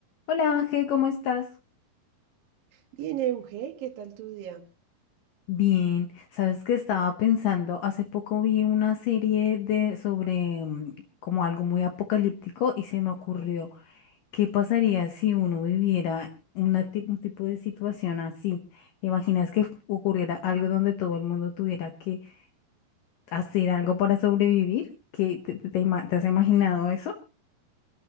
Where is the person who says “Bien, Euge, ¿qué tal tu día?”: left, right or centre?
Right